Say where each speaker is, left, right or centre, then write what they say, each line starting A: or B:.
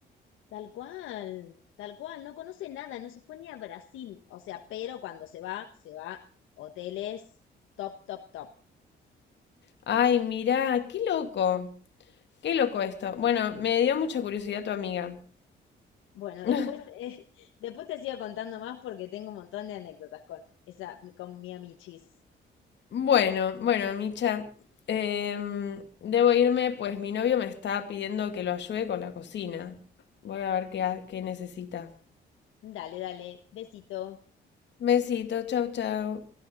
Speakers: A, on the left; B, on the left.
A: Tal cual, tal cual, no conoce nada, no se fue ni a Brasil. O sea, pero cuando se va, se va hoteles top, top, top.
B: Ay, mirá, qué loco. Qué loco esto. Bueno, me dio mucha curiosidad tu amiga.
A: Bueno,
B: <laughs>
A: después, <laughs> eh, después te sigo contando más porque tengo un montón de anécdotas con esa, con mi amichis.
B: bueno, bueno, Micha. em, debo irme, pues mi novio me está pidiendo que lo ayude con la cocina. Voy a ver qué, qué necesita.
A: Dale, dale, besito.
B: Besito, chau, chau.